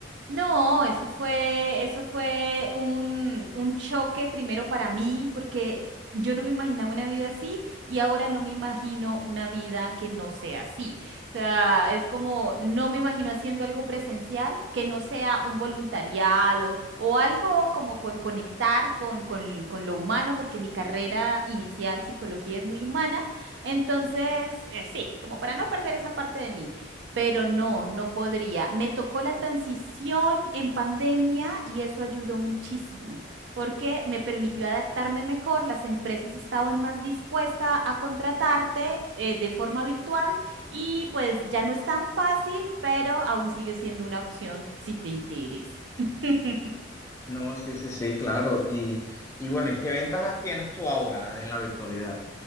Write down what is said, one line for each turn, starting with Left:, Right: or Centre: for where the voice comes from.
Right: No, eso fue, eso fue un, un choque primero para mí, porque yo no me imaginaba una vida así y ahora no me imagino una vida que no sea así. O sea, es como no me imagino haciendo algo presencial que no sea un voluntariado o algo como por conectar con, con, con lo humano, porque mi carrera inicial, psicología, es muy humana. Entonces, eh, sí, como para no perder esa parte de mí pero no, no podría. Me tocó la transición en pandemia y eso ayudó muchísimo porque me permitió adaptarme mejor, las empresas estaban más dispuestas a contratarte eh, de forma virtual y pues ya no es tan fácil, pero aún sigue siendo una opción si te interesa. <laughs>
Left: No, sí, sí, sí, claro. Y, y bueno, ¿y qué ventajas tienes tú ahora en la virtualidad?